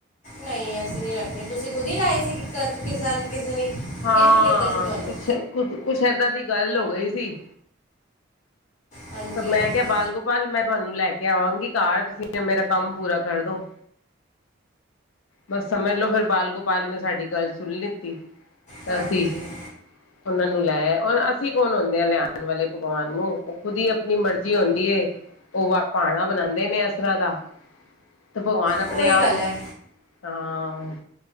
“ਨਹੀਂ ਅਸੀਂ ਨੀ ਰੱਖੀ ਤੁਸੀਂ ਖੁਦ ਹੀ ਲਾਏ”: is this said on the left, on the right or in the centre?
Left